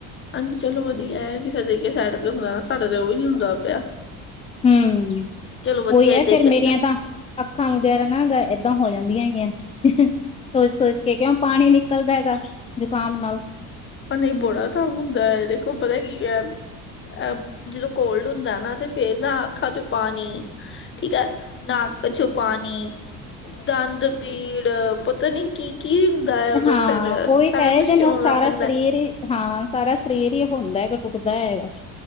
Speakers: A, on the left (about 35°); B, on the left (about 20°).
A: ਹਾਜੀ, ਚਲੋ ਉਹਦੀ ਹੈ ਕਿਸੇ ਤਰੀਕੇ ਸਾਈਡ ਤੇ ਹੁੰਦਾ ਨਾ, ਸਾਡੇ ਤੇ ਉਹ ਵੀ ਨਈ ਹੁੰਦਾ ਪਿਆ
B: ਹਮ,
A: ਚਲੋ ਵਧੀਆ
B: ਉਹੀ ਹੈ
A: ਏਦਾਂ
B: ਫੇਰ
A: ਹੀ ਚਾਹੀਦਾ
B: ਮੇਰੀਆਂ ਤਾਂ ਅੱਖਾਂ ਵਗੈਰਾ ਨਾ, ਏਦਾਂ ਹੋ ਜਾਂਦੀਆਂ ਹੈਗੀਆਂ ਸੋਚ -ਸੋਚ ਕੇ ਕਿਉਂ, ਪਾਣੀ ਨਿਕਲਦਾ ਹੈਗਾ ਜ਼ੁਕਾਮ ਨਾਲ
A: ਨਹੀਂ, ਬੜਾ ਤੰਗ ਹੁੰਦਾ, ਇਹ ਦੇਖੋ ਪਤਾ ਕੀ ਐ ਅ ਜਦੋਂ ਕੋਲਡ ਹੁੰਦਾ ਨਾ, ਤੇ ਫੇਰ ਨਾ ਅੱਖਾਂ ਚੋਂ ਪਾਣੀ ਠੀਕ ਹੈ, ਨਕ ਚ ਪਾਣੀ, ਦੰਦ ਪੀੜ, ਪਤਾ ਨੀ ਕੀ ਕੀ ਹੁੰਦਾ ਹੈ ਉਦੋਂ
B: ਹਾਂ
A: ਫੇਰ,
B: ਉਹੀ
A: ਸਾਰਾ
B: ਤਾਂ ਹੈ ਇਹਦੇ
A: ਕੁਛ ਹੀ
B: ਨਾਲ
A: ਹੋਣ ਲੱਗ
B: ਸਾਰਾ
A: ਪੈਂਦਾ
B: ਸਰੀਰ ਹੀ ਹਾਂ ਸਾਰਾ ਸਰੀਰ ਹੀ ਹੁੰਦਾ-ਹੁੰਦਾ